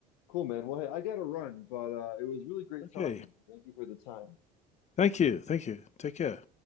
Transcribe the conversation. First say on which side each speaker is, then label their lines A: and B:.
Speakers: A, on the left; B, on the left.
A: Cool, man. Well, hey, I gotta run, but uh, it was really great
B: Okay.
A: talking with you. Thank you for the time.
B: Thank you. Thank you. Take care.